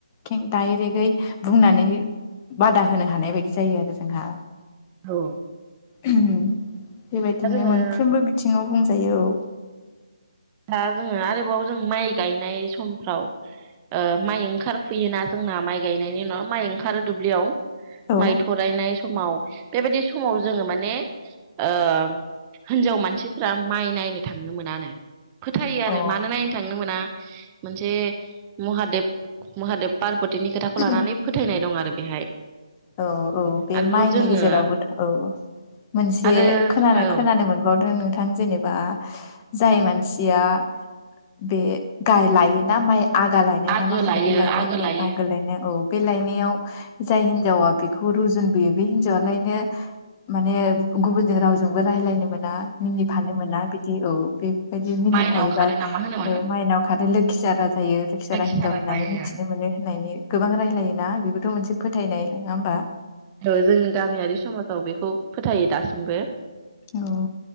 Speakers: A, on the left; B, on the right.
A: खें दायरेकयै बुंनानै बादा होनो हानाय बायदि जायो आरो जोंहा
B: औ
A: उम बेबायदिनो
B: दा जोङो
A: मोनफ्रोमबो बिथिङाव बुं थायो औ
B: दा जोङो आरोबाव जों माइ गायनाय समफ्राव ओ माइ ओंखार फैयोना जोंना माइ गायनायनि उनाव माइ ओंखारो दुब्लियाव
A: औ
B: माइ थरायनाय समाव बेबायदि समाव जोङो माने ओ हिनजाव मानसिफ्रा माइ नायनो थांनो मोनानो फोथायो आरो
A: औ
B: मानो नायनो थांनो मोना मोनसे महादेब महादेब पार्बती बिदिनि खोथाखौ लानानै
A: अ
B: फोथायनाय दं आरो बेहाय
A: औ औ बे
B: आरोबाव
A: माइनि
B: जोङो
A: गेजेरावबोथ' औ मोनसे
B: आरो
A: खोनानो
B: औ
A: खोनानो मोनबावदों नोंथां जेनेबा जाय मानसिया बे गाय लायोना माइ आगा लायनाय
B: आगो
A: ना मा होनो
B: लायो
A: बे लायनायखौ
B: लायो
A: आगो लायनाय औ बे लायनायाव जाय हिनजावा बेखौ रुजुनबोयो बे हिनजावलायनो माने गुबुन रावजोंबो रायलायनो मोना मिनिफानो मोना बिदि औ बेबायदि मिनिफायोबा
B: माइनाव खारो नामा होनोमोन
A: औ माइनाव आरो लोखिसाराजों जायो लोखिसारा
B: लोखि
A: हिनजाव
B: सारा
A: होननानै
B: जायो
A: मिथिनो मोनो होननानै गोबां रायजलायोना बेबोथ' मोनसे फोथायनाय नङा होमबा
B: औ जों गामियारि समाजाव बेखौ फोथायो दासिमबो
A: औ